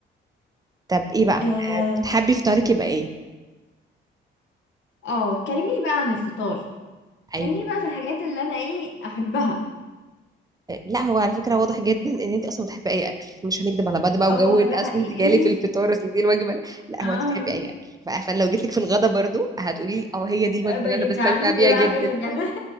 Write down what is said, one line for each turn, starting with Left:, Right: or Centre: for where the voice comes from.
Right: طب إيه بقى
Left: اه
Right: آه، بتحبي فطارك يبقى إيه؟
Left: آه، كلميني بقى عن الفطار
Right: أيوه
Left: خليني بقى في الحاجات اللي انا ايه احبها
Right: لا هو على فكرة واضح جدا ان انت اصلا بتحبي اي اكل مش هنكدب على بعض بقى
Left: اه
Right: وجو
Left: ده
Right: اصل
Left: حقيقي
Right: انت جالي في الفطار اصل دي الوجبة لا,
Left: <laughs>
Right: لا
Left: اه
Right: هو انت بتحبي اي اكل ف- فانا لو جيت لك في الغدا برضو هتقولي لي اه هي دي الوجبة
Left: بقى
Right: اللي انا بستمتع
Left: تعلمني
Right: بيها
Left: بقى
Right: جدا
Left: في الغدا